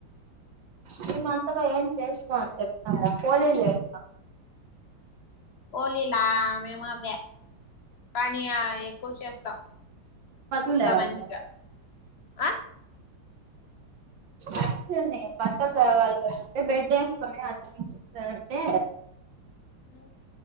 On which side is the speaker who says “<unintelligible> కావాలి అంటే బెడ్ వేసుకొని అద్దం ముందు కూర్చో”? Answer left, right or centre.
Right